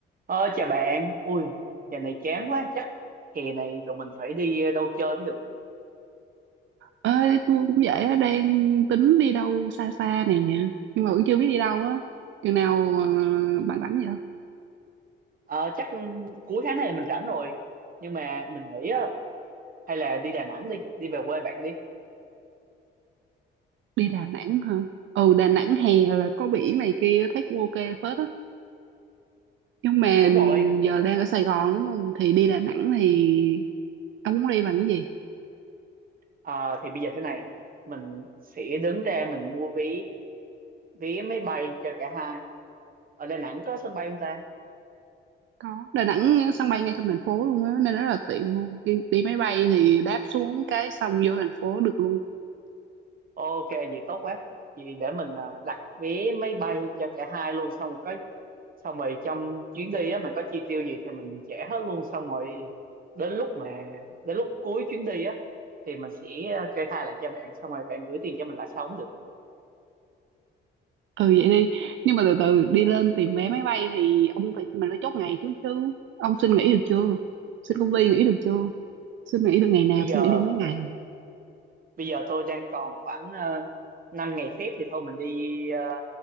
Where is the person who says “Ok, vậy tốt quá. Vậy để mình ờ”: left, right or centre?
Right